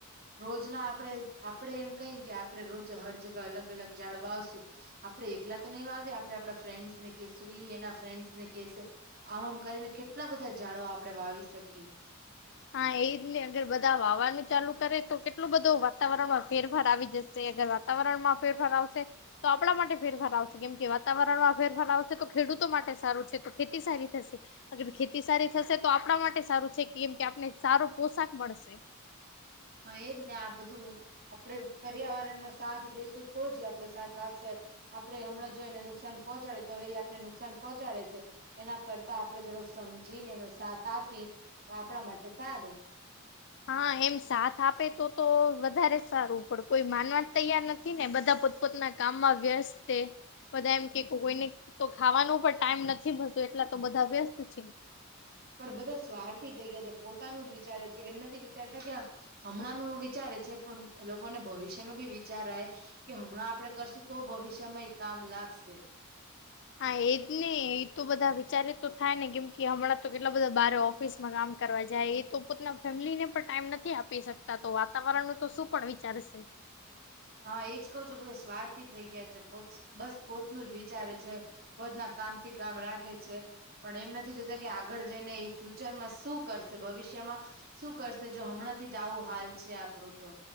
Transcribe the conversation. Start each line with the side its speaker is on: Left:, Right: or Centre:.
Right: રોજ ના આપણેે આપડે એમ કહી કે આપણે રોજે હર જગા અલગ અલગ જાડ વાવશું આપડે એકલા તો નહી વાવી આપણે આપણા ફ્રેન્ડસ ને કહેશું ઈ એના ફ્રેન્ડસ ને કેહેશે આમ આમ કરીને કેટલા બધા ઝાડો આપણે વાવી શકીએ
Left: હા એજ ને અગર બધા વાવાનું ચાલુ કરે તો કેટલું બધો વાતાવરણમાં ફેરફાર આવી જશે અગર વાતાવરણ માં ફેરફાર આવશે તો આપણા માટે ફેરફાર આવશે કેમ કે વાતાવરણમાં ફેરફાર આવશે તો ખેડૂતો માટે સારું છે તો ખેતી સારી થશે અગર ખેતી સારી થશે તો આપણા માટે સારું છે કેમ કે આપને સારો પોશાક મળશે
Right: હા એ જ ને આ બધું આપડે પર્યાવરણનો સાથ દેેશું તો જ આપડો સાથ આપશે આપડે હમણાં જો એને નુકસાન પહોચાડે તો એ આપને નુકસાન પહોંચાડે છે એના કરતા આપણે થોડુક સમજીને એનો સાથ આપી તો આપણા માટે સારું
Left: હા એમ સાથ આપે તો તો વધારે સારું પણ કોઈ માનવા તૈયાર નથી ને બધા પોતના કામમાં વ્યસ્ત છે બધા એમ કે કોઈને તો ખાવાનું પણ ટાઈમ નથી મળતો એટલા તો બધા વ્યસ્ત છે.
Right: પણ બધા સ્વારથી થઈ ગયા છે પોતાનું જ વિચારે છે એમ નથી વિચારતા કે હમણાં નું વિચારે છે પણ એ લોકોને ભવિષ્ય નું બી વિચારાય. કે હમણાં આપડે કરશું તો ભવિષ્યમાં એ કામ લાગશે.
Left: હા એજ ને એ તો બધા વિચારે તો થાય ને કેમ કે હમણાં તો કેટલા બધા બારે ઓફ ઓફિસમાં કામ કરવા જાય એ તો પોતાના ફેમિલીને પણ ટાઈમ નથી આપી શકતા તો વાતાવરણનું તો શું પણ વિચારશે.
Right: હા એજ કઉ છું બધા સ્વાર્થી થઈ ગયા છે પો બસ પોતનું જ વિચારે છે. પોતના કામથી કામ રાખે છે. પણ એમ નથી જોતા કે આગળ જઈને એ ફ્યુચરમાં શું કરશે ભવિષ્યમાં શું કરશે જો હમણાંથી જ આવો હાલ છે આપડું તો